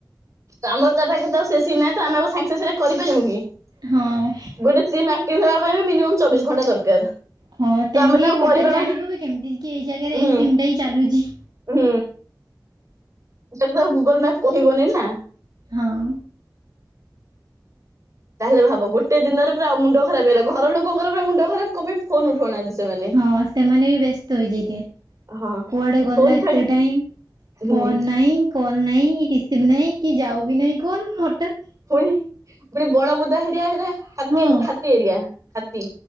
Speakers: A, on the right; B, on the right.
A: <unintelligible>
B: ହଁ।
A: ଗୋଟେ ଚିମ୍ ଆକ୍ଟିଭ ହେବା ପାଇଁ ମିନିଟ ଚବିଶ ଘଣ୍ଟା ଦରକାର।
B: ହଁ
A: ତ
B: ତେମିତି
A: ଆମେ ତାକୁ
B: ହଠାତ୍
A: କରିପାରିବୁ
B: ଜାଣିବୁ ବି କେମିତି କି ଏଇ ଜାଗାରେ
A: ହୁଁ।
B: ଏଇ ସିମ୍ ଟା ହିଁ ଚାଲୁଚି।
A: ହୁଁ। ସେଇଟା ତ ଆଉ ଗୁଗଲ୍ ମ୍ୟାପ୍ କହିବନି ନା।
B: ହଁ।
A: ତାହେଲେ ଭାବ ଗୋଟେ ଦିନରେ ପୁରା ମୁଣ୍ଡ ଖରାପ ହେଇଗଲା। ଘର ଲୋକଙ୍କର ପୁରା ମୁଣ୍ଡ ଖରାପ କମି ଫୋନ ଉଠଉନାହାନ୍ତି। ସେମାନେ।
B: ହଁ ସେମାନେ ବି ବ୍ୟସ୍ତ ହୋଇଯାଇଥିବେ
A: ହଁ
B: କୁଆଡେ ଗଲା
A: ଫୋନ
B: ଏତେ
A: ଛାଡି
B: ଟାଇମ୍।
A: ହୁଁ
B: ଫୋନ୍ ନାଇଁ କଲ୍ ନାଇଁ ରିସିଭ ନାହିଁ କି ଯାଉ ବି ନାହିଁ କଲ୍ ହଠତ୍।
A: ପୁଣି ପୁଣି ବଣବୁଦ ଏରିଆ ହେଲା ହାତୀ
B: ହଁ
A: ହାତୀ ଏରିଆ ହାତୀ